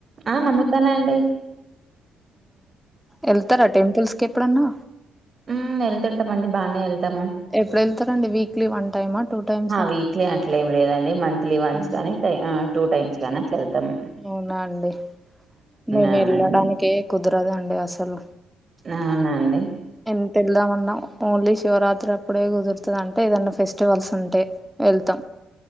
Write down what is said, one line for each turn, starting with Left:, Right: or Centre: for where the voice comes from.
Right: ఆ నమ్ముతానండి
Centre: వెళ్తరా టెంపుల్స్ కెప్పుడన్నా
Right: మ్మ్ వెళ్తుంటమండి బానే ఎళ్తము
Centre: ఎప్పుడెళ్తరండి వీక్లీ వన్ టైమా టూ టైమ్సా
Right: వీక్లీ అట్లేం లేదండి మంత్లీ వన్స్
Centre: హ్మ్.
Right: గానీ టై ఆ టూ టైమ్స్ గానీ అట్లెళ్తం
Centre: అవునా అండి మేమెళ్ళడానికే
Right: అవునండి.
Centre: కుదరదండి అసలు
Right: అవునాండి
Centre: ఎంత వెళ్దామన్నా ఓన్లీ శివరాత్రి అప్పుడే కుదురుతది అంటే ఏదన్నా ఫెస్టివల్స్ ఉంటే వెళ్తాం